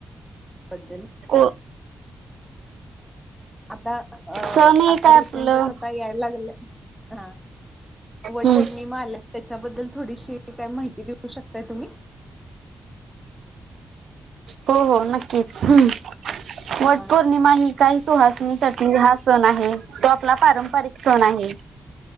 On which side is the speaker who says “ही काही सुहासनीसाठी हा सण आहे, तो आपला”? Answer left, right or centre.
Right